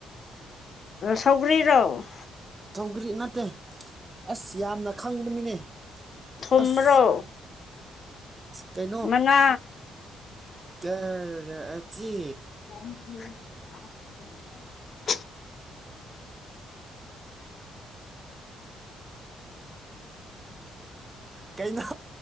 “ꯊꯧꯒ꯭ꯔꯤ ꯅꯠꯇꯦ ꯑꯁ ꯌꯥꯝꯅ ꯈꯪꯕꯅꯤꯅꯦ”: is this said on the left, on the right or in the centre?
Right